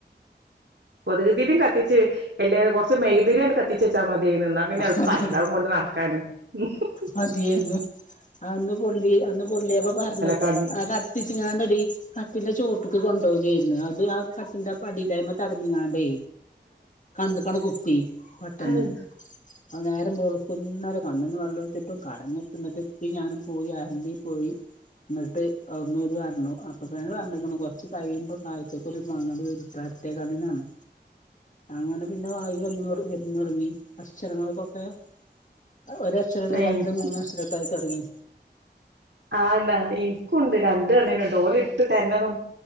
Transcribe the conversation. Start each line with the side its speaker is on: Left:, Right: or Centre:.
Right: കൊത്ക് തിരീം കത്തിച്ച് എല്ലേ കൊർച്ച് മെയ്ക് തിരിയാണ്ട് കത്തിച്ചെച്ച മതി ന്നാ
Left: പൊൾ
Right: പിന്നെ എൾപ്പായല്ലോ അതുംകൊണ്ട് നട്ക്കാന് ഹും ഹ്
Left: മതിയായിരുന്നു അന്ന് പൊള്ളി അന്ന് പൊള്ളിയെപ്പോ പർഞ്ഞ്
Right: കൺ
Left: ആ കത്തിച്ച്കാണ്ടെടീ കട്ടിന്റെ ചോട്ട്ക്ക്‌ കൊ ണ്ടോകേര്ന്ന് അത് ആ കട്ടിന്റെ ആ പടില്ലേ അയ്മ്മേ തടഞ്ഞ്ങ്ങാണ്ടെ കണ്ണ്ക്കണ്ട് കുത്തി പെട്ടന്ന്
Right: ഏഹ്
Left: അത് നേരം ബെൾക്കുന്നരെ കണ്ണ്ന്ന് വെള്ളൊൽച്ട്ടും കടഞ്ഞ്ട്ട്ങ്ങട്ട് ഈ ഞാനും പോയി <unintelligible> പോയി ന്നട്ട് അവിടെന്ന് ഓല് പറഞ്ഞു അപ്പൊ തന്നെ പറഞ്ഞ്ക്ക്ണ് കൊർച്ചു കയ്യുമ്പോ കാഴ്ചക്കൊരു മങ്ങല് വരുട്ടാ ത്തേകണ്ണിനാണ് അങ്ങനെ പിന്നെ വാ <unintelligible> അക്ഷരങ്ങൾകൊക്കെ അത് ഒരക്ഷരള്ളെ
Right: ഹ്
Left: രണ്ടും മൂന്നാക്ഷരൊക്കെയായ് തൊടങ്ങി
Right: ആ ന്നാ ൻക്കും ണ്ട് രണ്ട് കണ്ണിനുംണ്ട് ഓല് ഇട്ട് തരുന്നതൊ